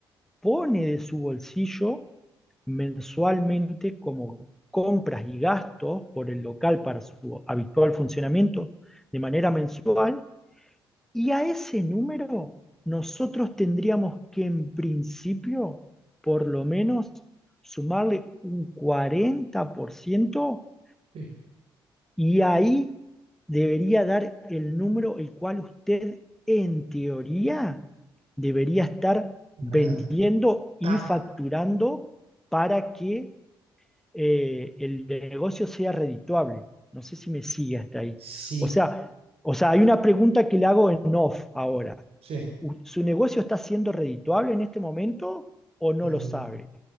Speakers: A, in the centre; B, on the right (about 55°).
A: pone de su bolsillo mensualmente como compras y gastos por el local para su habitual funcionamiento de manera mensual y a ese número nosotros tendríamos que en principio por lo menos sumarle un 40%
B: Sí,
A: y ahí debería dar el número el cual usted, en teoría, debería estar
B: ganando.
A: vendiendo y
B: Ah,
A: facturando para que eh, el negocio sea redituable. No sé si me sigue hasta ahí.
B: sí,
A: O sea, o sea, hay una pregunta que le hago en off ahora.
B: sí.
A: ¿Su negocio está siendo redituable en este momento o no
B: Mm,
A: lo sabe?